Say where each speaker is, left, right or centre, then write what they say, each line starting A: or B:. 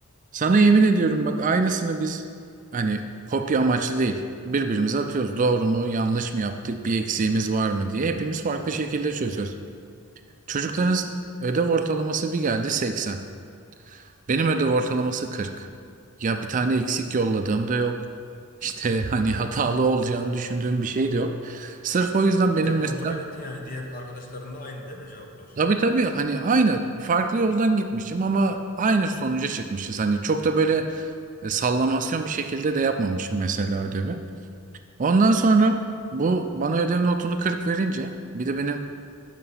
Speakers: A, on the right; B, on the left.
A: Sana yemin ediyorum bak aynısını biz hani kopya amaçlı değil birbirimize atıyoruz. Doğru mu yanlış mı yaptık bir eksiğimiz var mı diye hepimiz farklı şekilde çözüyoruz. Çocukların ödev ortalaması bir geldi 80. Benim ödev ortalaması 40. Ya bir tane eksik yolladığım da yok. İşte hani hatalı olacağını düşündüğüm bir şey de yok. Sırf o yüzden
B: Ve
A: benim
B: kontrol
A: mesela
B: ettin yani diğer arkadaşlarınla aynı değil mi cevaplar?
A: tabii tabii hani aynı farklı yoldan gitmişim ama aynı sonuca çıkmışız. Hani çok da böyle E, sallamasyon bir şekilde de yapmamışım mesela ödevi. Ondan sonra bu bana ödev notunu 40 verince bir de benim